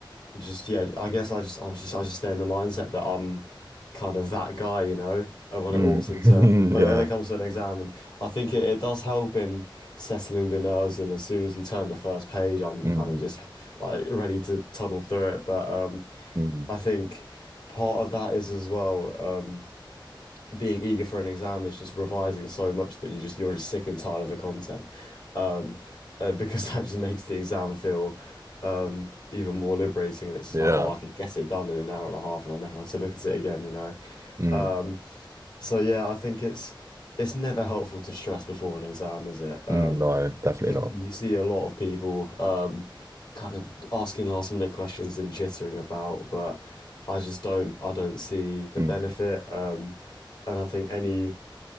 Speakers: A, on the left; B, on the right.
A: just yeah, I guess I just I was just I just stay in the mindset that I'm kind of that guy, you know. And when
B: Mm.
A: it walks into
B: <laughs>
A: when
B: Yeah.
A: it, when it comes to an exam, and I think it, it does help in settling the nerves. And as soon as you turn the first page, I'm
B: Mm,
A: kind of just like ready to tunnel through it. But um,
B: mm,
A: I think part of that is as well. Um, being eager for an exam that's just revising so much that you just you're just sick and tired of the content. Um, uh, because <laughs> that just makes the exam feel um even more liberating and it's just
B: yeah.
A: like, oh, I could get it done in an hour and a half and I never have to look at it again, you know.
B: Mm,
A: Um, so yeah, I think it's it's never helpful to stress before an exam, is it? Um,
B: mm, no, definitely
A: just-
B: not.
A: you see a lot of people um, kind of asking last minute questions and jittering about, but I just don't I don't see the
B: Mm,
A: benefit. Um, and I think any